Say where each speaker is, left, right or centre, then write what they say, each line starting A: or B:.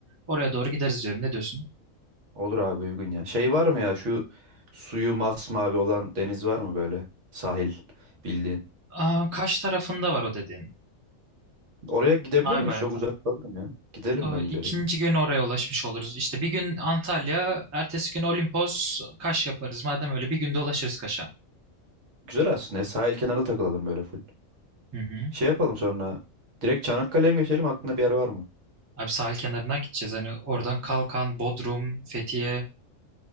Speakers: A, on the right; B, on the right.
A: Oraya doğru gideriz diyorum. Ne diyorsun?
B: Olur abi uygun ya. Şey var mı ya şu suyu masmavi olan deniz var mı böyle sahil bildiğin?
A: Aa, Kaş tarafında var o dediğin.
B: Oraya gidebilir
A: Mavi
B: miyiz?
A: bayraklı.
B: Çok uzak kalır mı ya? Gidelim
A: O,
B: bence
A: ikinci
B: oraya.
A: gün oraya ulaşmış oluruz. İşte bir gün Antalya, ertesi gün Olimpos, Kaş yaparız. Madem öyle bir günde ulaşırız Kaş'a.
B: Güzel aslında. ya, Sahil kenarı takılalım böyle full.
A: Hı hı.
B: Şey yapalım sonra. Direkt Çanakkale'ye mi geçelim. Aklında bir yer var mı?
A: Abi sahil kenarından gideceğiz. Hani oradan Kalkan, Bodrum, Fethiye,